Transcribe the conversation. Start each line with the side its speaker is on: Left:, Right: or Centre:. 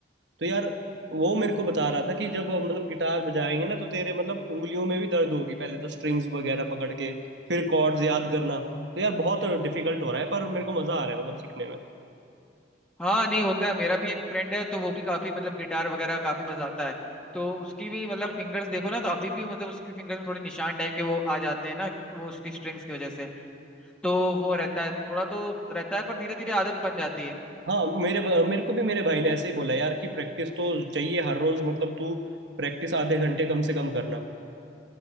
Right: तो यार वो मेरे को बता रहा था कि जब मतलब गिटार बजाएंगे ना तो तेरे मतलब उंगलियों में भी दर्द होगी पहले तो स्ट्रिंग्स वगैरह पकड़ के फिर कॉर्ड्स याद करना तो यार बहुत डिफिकल्ट हो रहा है पर मेरे को मजा आ रहा है मतलब सीखने में
Centre: हाँ नहीं होता है मेरा भी एक फ्रेंड है तो वो भी काफी मतलब गिटार वगैरह काफी बजाता है तो उसकी भी मतलब फिंगर्स देखो ना तो अभी भी मतलब उसकी फिंगर्स में थोड़े निशान टाइप के वो आ जाते हैं ना वो उसकी स्ट्रिंग्स की वजह से तो वो रहता है थोड़ा तो रहता है पर धीरे धीरे आदत बन जाती है
Right: हाँ मेरे मेरे को भी मेरे भाई ने ऐसे ही बोला यार कि प्रैक्टिस तो चाहिए हर रोज मतलब तू प्रैक्टिस आधे घंटे कम से कम करना